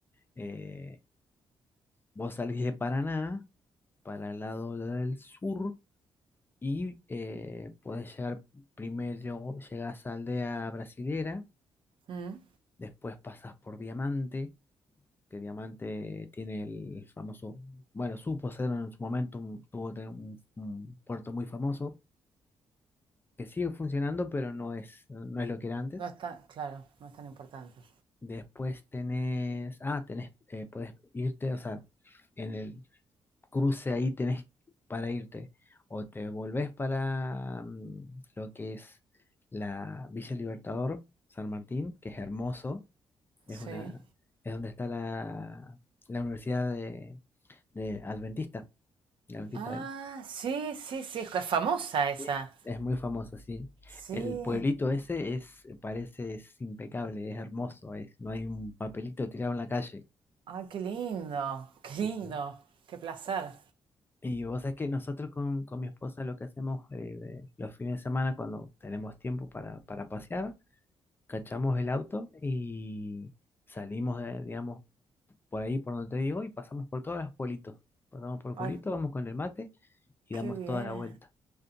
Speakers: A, on the left (about 25°); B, on the right (about 65°).
A: eh, vos salís de Paraná para el lado del sur y eh, podés llegar primero, llegás a Aldea Brasilera,
B: mm,
A: después pasas por Diamante, que Diamante tiene el famoso, bueno, supo ser en su momento, un, tuvo te- un, un puerto muy famoso, que sigue funcionando, pero no es, no es lo que era antes.
B: No es tan, claro, no es tan importante.
A: Después tenés, ah, tenés, eh, podés irte, o sea, en el cruce ahí tenés para irte. O te volvés para mm, lo que es la Villa Libertador, San Martín, que es hermoso, es
B: Sí.
A: una, es donde está la, la Universidad de, de Adventista, la Adventista
B: Ah,
A: del
B: sí, sí, sí, es es famosa esa.
A: Sí. es muy famosa, sí.
B: Sí.
A: El pueblito ese es, parece, es impecable, es hermoso, es, no hay un papelito tirado en la calle.
B: Ay, qué lindo, qué lindo,
A: Sí, sí.
B: qué placer.
A: Y vos sabés que nosotros con, con mi esposa lo que hacemos eh, de- los fines de semana cuando tenemos tiempo para, para pasear, cachamos el auto y salimos, de, digamos, por ahí por donde te digo y pasamos por todos los pueblitos. Pasamos por el
B: Ay,
A: pueblito, vamos con el mate y
B: qué
A: damos
B: bien.
A: toda la vuelta.